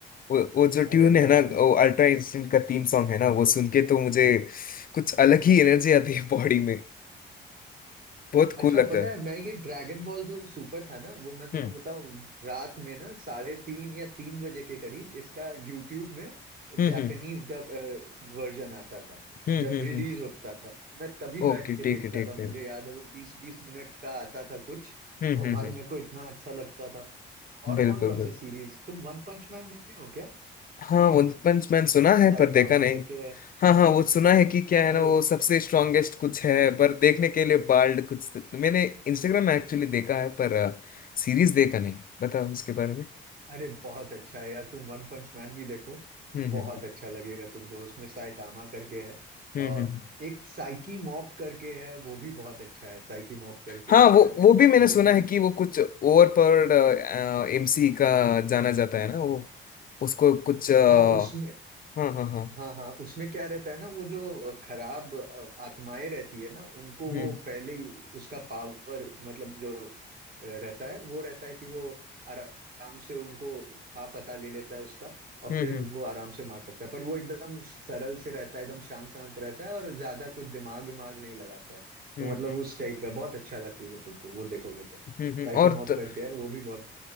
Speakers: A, on the left; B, on the right.
A: वो वो जो ट्यून
B: अरे
A: है
B: बहुत
A: ना
B: अच्छा
A: वो अल्ट्रा इंस्टेंट का थीम सॉन्ग है ना वो सुन के तो मुझे कुछ अलग ही एनर्जी आती है बॉडी में बहुत
B: अच्छा
A: कूल लगता
B: पता
A: है
B: है मैं ये ड्रैगन बॉल जो सुपर था ना वो मैं तुमको
A: हम्म
B: बताऊं रात में ना साढ़े तीन या तीन बजे के करीब इसका यूट्यूब में
A: हम्म
B: जापानीज
A: हम्म
B: डब वर्जन आता था
A: हम्म
B: जब
A: हम्म
B: रिलीज होता था मैं तभी बैठ
A: ओके
B: के देखता
A: ठीक है ठीक
B: था मुझे
A: है
B: याद है वो बीस बीस मिनट का आता था कुछ
A: हम्म
B: और
A: हम्म
B: भाई
A: हम्म
B: मेरे को इतना अच्छा लगता था और
A: बिल्कुल
B: कौन कौन
A: बिल्कुल
B: सा सीरीज तुम वन पंच मैन देखे हो
A: हाँ वन पंच मैन सुना है
B: साइतामा
A: पर देखा नहीं
B: करके है।
A: हाँ हाँ वो सुना है कि क्या है
B: अरे
A: ना वो सबसे स्ट्रांगेस्ट कुछ है पर देखने के लिए बाल्ड कुछ तो, मैंने इंस्टाग्राम में एक्चुअली देखा है पर सीरीज देखा नहीं बताओ उसके बारे में
B: अरे बहुत अच्छा है यार तुम वन पंच मैन भी देखो
A: हम्म
B: बहुत
A: हम्म
B: अच्छा लगेगा तुमको उसमें साइतामा करके है
A: हम्म
B: और
A: हम्म
B: एक साइकी मॉप करके है वो भी बहुत अच्छा है साइकी मॉप करके
A: हाँ
B: आता
A: वो
B: है
A: वो भी मैंने
B: वो
A: सुना
B: भी
A: है कि वो कुछ ओवर पर एमसी का जाना जाता है ना वो उसको कुछ अ,
B: हाँ उसमें
A: हाँ हाँ हाँ
B: हाँ हाँ उसमें क्या रहता है ना वो जो खराब अ, आत्माएं रहती है ना उनको वो
A: हम्म
B: पहले ही उसका पावर मतलब जो अ, रहता है वो रहता है कि वो आराम से उनको था पता ले लेता है उसका और फिर
A: हम्म हम्म
B: उनको आराम से मार सकता है पर वो एकदम सरल से रहता है एकदम शांत शांत रहता है और ज्यादा कुछ दिमाग विमाग नहीं लगाता है
A: हम्म
B: तो मतलब उस टाइप का बहुत अच्छा लगेगा तुमको वो देखोगे तो साइकी
A: हम्म, हम्म। और
B: मॉप
A: त,
B: करके है वो भी बहुत